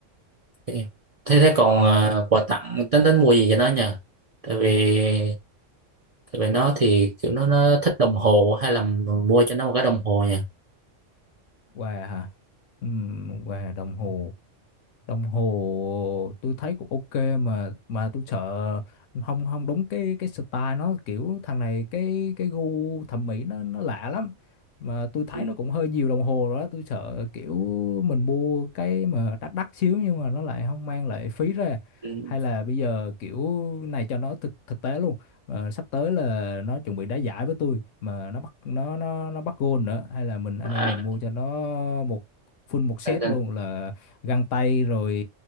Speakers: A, on the right (about 45°); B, on the left (about 75°).
A: ok. thế thế còn
B: Ok.
A: à, quà tặng tính tính mua gì cho nó nhờ tại vì tại vì nó thì kiểu nó nó thích đồng hồ hay là mua cho nó một cái đồng hồ nhỉ
B: Quà hả? Ừm, quà đồng hồ. đồng hồ tôi thấy cũng ok mà mà tôi sợ không không đúng cái cái style nó kiểu thằng này cái cái gu thẩm mỹ nó nó lạ lắm mà tôi thấy
A: Ừ,
B: nó cũng hơi nhiều đồng hồ rồi đó tôi sợ kiểu mình mua cái mà đắt đắt xíu nhưng mà nó lại không mang lại phí ra
A: ừ.
B: hay là bây giờ kiểu này cho nó thực thực tế luôn Ờ, sắp tới là nó chuẩn bị đá giải với tôi mà nó bắt nó nó nó bắt gôn nữa hay là mình anh
A: à,
B: em mình mua cho nó một full một set
A: căng căng.
B: luôn là găng tay rồi